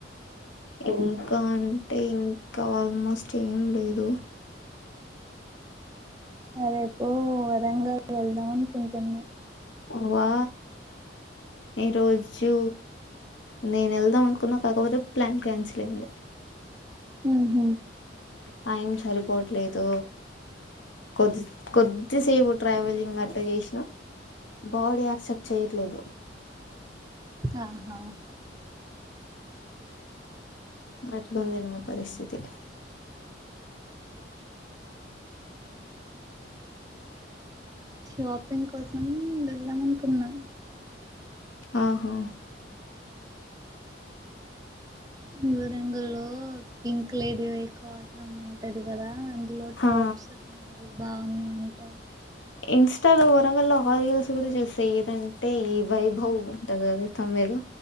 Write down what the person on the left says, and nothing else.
ఇంకా అంటే ఇంకా ఆల్మోస్ట్ ఏం లేదు
అ వా ఈరోోజు నేను వెళ్దాం అనుకున్నా కాకపోతే ప్లాన్ క్యాన్సిల్ అయింది
టైం సరిపోవట్లేదు కొద్ది కొద్దిసేపు ట్రావెలింగ్ అట్టలా చేసినా బాడీ యాక్సెప్ట్ చేయట్లేదు
అట్లుంది నా మా పరిస్థితిలో
ఆహా
హా
ఇన్స్టాలో వరంగల్లో ఆ రీయల్స్ కూడా చూసాయి ఏదంటే ఈ వైభవ్ ఉంటది కద త మీద